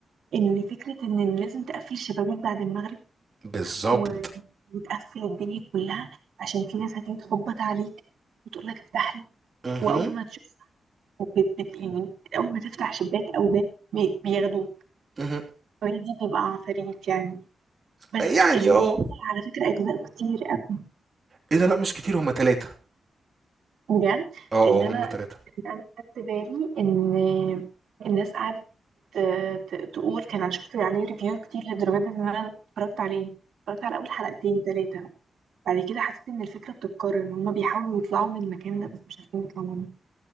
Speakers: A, on the right; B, on the right.
A: ان فكره ان لازم تقفل الشبابيك بعد المغرب
B: بالظبط
A: و- وتقفل الدنيا كلها عشان في ناس هتيجي تخبط عليك وتقول لك افتح لي
B: مهم.
A: واول ما تشوف بت- بت- يعني اول ما تفتح شباك او باب بي- بياخدوك
B: مهم.
A: هويدي بيبقى عفاريت يعني بس
B: يعني
A: المسلسل
B: اه
A: على فكرة أجزاء كتير أوي
B: ايه ده لا مش كتير هما تلاتة
A: بجد
B: اه
A: لأن
B: اه
A: أنا
B: هما تلاتة
A: أنا خدت بالي إن الناس قعدت ت- تقول كان أنا شفت عليه ريفيو كتير لدرجة إن أنا اتفرجت عليه اتفرجت على أول حلقتين تلاتة بعد كده حسيت إن الفكرة بتتكرر إن هما بيحاولوا يطلعوا من المكان ده بس مش عارفين يطلعوا منه